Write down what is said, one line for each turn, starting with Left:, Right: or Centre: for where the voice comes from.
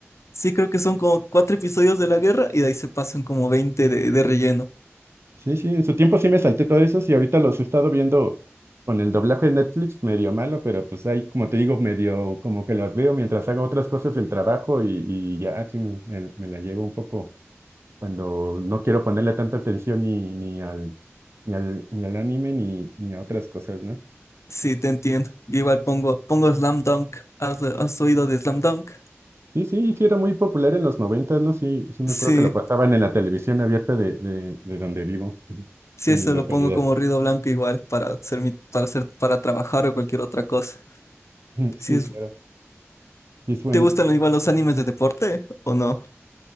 Left: sí, creo que son como cuatro episodios de la guerra y de ahí se pasan como 20 de, de relleno.
Right: Sí, sí, en su tiempo sí me salté todos esos y ahorita los he estado viendo con el doblaje de Netflix, medio malo, pero pues ahí, como te digo, medio como que los veo mientras hago otras cosas del trabajo y, y ya, así me, me- me la llevo un poco cuando no quiero ponerle tanta atención ni, ni al, ni al, ni al anime ni, ni a otras cosas, ¿no?
Left: Sí, te entiendo. Igual pongo, pongo Slam Dunk. ¿Has, has oído de Slam Dunk?
Right: Sí, sí, sí, era muy popular en los noventas, ¿no? Sí, sí me
Left: Sí,
Right: acuerdo que lo pasaban en la televisión abierta de, de, de donde vivo, <laughs>
Left: sí,
Right: de
Left: eso
Right: mi localidad.
Left: lo pongo como ruido blanco igual para hacer mi, para hacer, para trabajar o cualquier otra cosa.
Right: <laughs>
Left: Sí,
Right: Sí,
Left: es,
Right: claro. Sí, es buen,
Left: ¿te gustan igual los animes de deporte o no?